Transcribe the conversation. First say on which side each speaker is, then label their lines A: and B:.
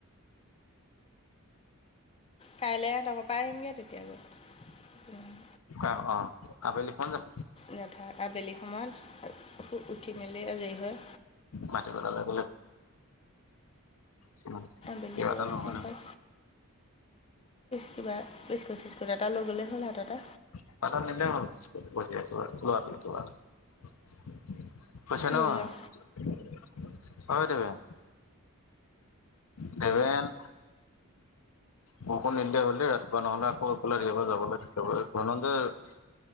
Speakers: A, on the left; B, on the left.
A: কাইলে তহঁতৰ পৰাই আহিমগে তেতিয়া হলে। উম।
B: অঁ অঁ আবেলি কোন যাব?
A: লেঠা আবেলি সময়ত। উঠি মেলি আজৰি হয়।
B: ভাটিবেলালৈ গ'লে কিবা
A: বেলিগৈ
B: এটা ল'বলৈ
A: নাপাই।
B: হ'ল।
A: কিবা বিস্কুট চিস্কুট এটা লৈ গ'লেই হ'ল হাতটে।
B: <unintelligible> <unintelligible>
A: লৈ যাম
B: পেমেণ্ট। বৰষুণ নিদিলে হ'ল দেই ৰাতিপুৱা নহ'লে আকৌ এফালে ৰিবাৰ যাবলে। থিব ধৰ যে-